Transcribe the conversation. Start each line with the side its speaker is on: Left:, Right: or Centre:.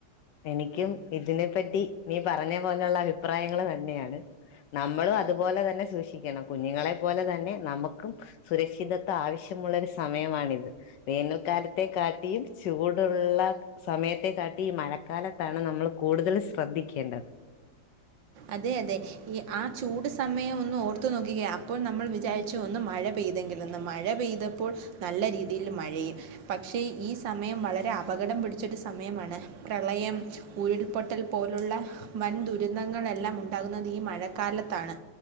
Left: എനിക്കും ഇതിനെപ്പറ്റി നീ പറഞ്ഞ പോലൊള്ള അഭിപ്രായങ്ങള് തന്നെയാണ്. നമ്മളുവതുപോലെ തന്നെ സൂക്ഷിക്കണം കുഞ്ഞുങ്ങളെ പോലെ തന്നെ നമക്കും സുരക്ഷിതത്വ ആവശ്യമുള്ളൊരു സമയമാണിത്. വേനൽക്കാലത്തെ കാട്ടിയും ചൂടുള്ള സമയത്തെ കാട്ടിയീ മഴക് കാലത്താണ് നമ്മള് കൂടുതൽ ശ്രദ്ധിക്കേണ്ടത്
Right: അതെയതെ ഈ ആ ചൂട് സമയവൊന്നോർത്തു നോക്കിക്കേ അപ്പോൾ നമ്മൾ വിചാരിച്ചു ഒന്ന് മഴ പെയ്തെങ്കിലെന്ന് മഴ പെയ്തപ്പോൾ നല്ല രീതിയിൽ മഴയും പക്ഷേ ഈ സമ മയം വളരെ അപകടം പിടിച്ചൊരു സമയമാണ് പ്രളയം ഉരുൾപൊട്ടൽ പോലുള്ള വൻ ദുരന്തങ്ങ് ങ്ങളെല്ലാമുണ്ടാകുന്നതീ മഴക്കാലത്താണ്.